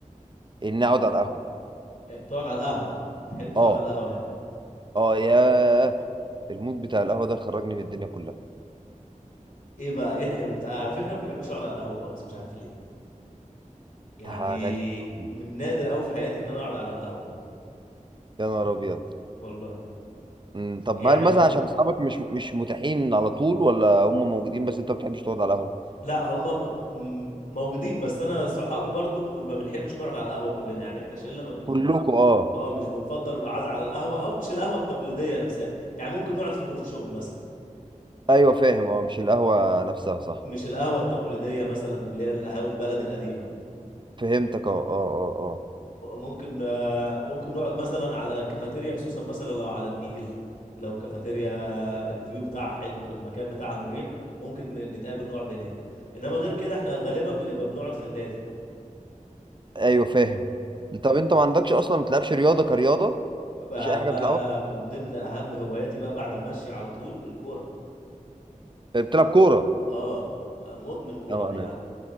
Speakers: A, on the right; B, on the left.
A: ان اقعد على القهوه
B: إيه، تقعد على القهوه بتحب تقعد
A: اه
B: على القهوه يعني
A: اه ياه المود بتاع القهوه ده خرجني من الدنيا كلها
B: ايه بقى ايه الحلو تع- على فكره ما بحبش اقعد على القهوه خالص مش عارف ليه يعني
A: ده غريب أوي.
B: من نادر قوي في حياتي ان انا اقعد على القهوه
A: يا نهار ابيض
B: والله
A: أمم، طب
B: يعني
A: هل مثلا
B: م-
A: عشان اصحابك مش مش متاحين على طول ولا هم موجودين بس انت ما بتحبش تقعد على القهوه
B: لا هم م- م- موجودين بس انا صحابي برضو م- ما بنحبش نقعد على القهوه كلنا يعني احنا شله ما بن
A: كلكم اه
B: اه مش بنفضل القعده على القهوه او مش القهوه التقليديه نفسها يعني ممكن نقعد في كوفي شوب مثلا
A: ايوه فاهم اه مش القهوه نفسها صح
B: مش القهوه التقليديه مثلا اللي هي القهاوي البلد القديمه
A: فهمتك اه اه اه
B: ممكن آه، ممكن نقعد مثلا على كافيتيريا خصوصا مثلا لو على النيل لو كافيتيريا الفيو بتاعها حلو المكان بتاعها مريح ممكن ن- نتقابل نقعد هناك انما غير كده احنا غالبا بنبقى بنقعد في النادي
A: اه ايوه فاهم طب انت ما عندكش اصلا ما بتلعبش رياضه كرياضه
B: بقى,
A: مفيش اي حاجه
B: بقى
A: بتلعبها
B: من ضمن اهم هواياتي بقى بعد المشي على طول الكورة
A: بتلعب كوره
B: اه مدمن كورة
A: اه
B: بعيد
A: انا
B: عني